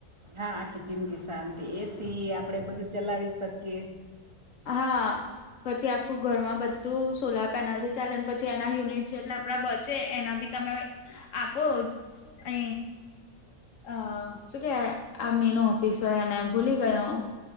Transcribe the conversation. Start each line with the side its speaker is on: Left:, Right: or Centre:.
Right: હા આખી જિંદગી શાંતિ એસી આપડે બધું ચલાવી શકીએ
Left: હા પછી આખું ઘરમાં બધું સોલાર પેનલથી ચાલે ને પછી એના યુનિટ જેટ આપણાડા બચે એના તમે આપો અ અ શું કે આ મે એનું ઓફિસ હોય અને ભૂલી ગયો.